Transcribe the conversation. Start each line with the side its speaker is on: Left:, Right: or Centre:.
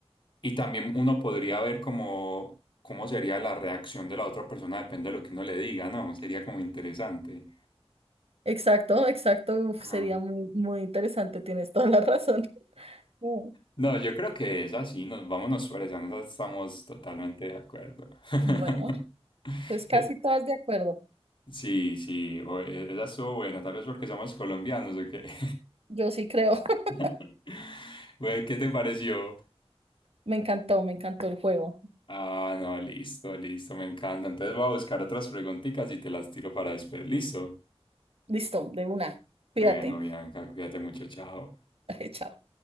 Left: Y también uno podría ver cómo, cómo sería la reacción de la otra persona, depende de lo que uno le diga, ¿no? Sería como interesante.
Right: Exacto, exacto, uf,
Left: Ah.
Right: sería muy, muy interesante, tienes toda la razón. <laughs> Mm,
Left: No, yo creo que es así, nos, vámonos por esa, en esa estamos totalmente de acuerdo. <laughs>
Right: Bueno, pues casi
Left: Que-
Right: todas de acuerdo.
Left: Sí, sí, o- e- esa estuvo buena, tal vez porque somos colombianos o qué.
Right: Yo sí creo. <laughs>
Left: <laughs> Güey, ¿qué te pareció?
Right: Me encantó, me encantó el juego.
Left: Ah, no, listo, listo, me encanta. Entonces voy a buscar otras preguntitas y te las tiro para después, listo.
Right: Listo, de una. Cuídate.
Left: Bueno, Bianca, cuídate mucho, chao.
Right: <laughs> Chao.